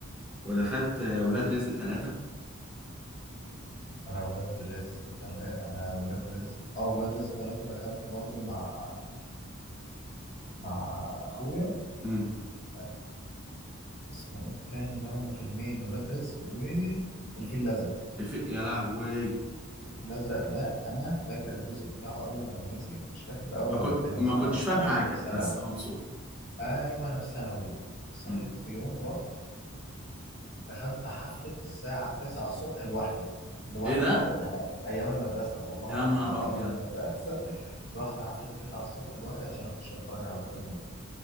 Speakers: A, in the centre; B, on the left.
A: ودخلت آه ولاد رزق ثلاثة
B: انا ولاد رزق تلا انا ولاد رزق اه ولاد رزق ثلاثة دخلت برضو مع مع اخويا
A: امم
B: آه، اسمه ايه التاني ده هما فيلمين ولاد رزق والفيل الازرق
A: الف... يا لهوي
B: الفيل الازرق ده انا فاكر الجزء بتاعه اول لما نزل مش فاكر الاول
A: ما
B: ولا
A: كنت
B: التاني
A: ما
B: بس
A: كنتش
B: انا
A: فاهم
B: انا
A: حاجة
B: كنت في ثانوي
A: بس مبسوط
B: ايوه انا في ثانوي صحيت
A: مم.
B: في يوم رحت دخلت حفلة الساعة 9 الصبح لوحدي لوقف
A: ايه ده؟
B: يعني أيام المدرسة والله
A: يا
B: العظيم
A: نهار
B: أيام
A: ابيض
B: المدرسة <laughs> رحت حفلة 9 الصبح لوحدي عشان أخش أتفرج على الفيلم ده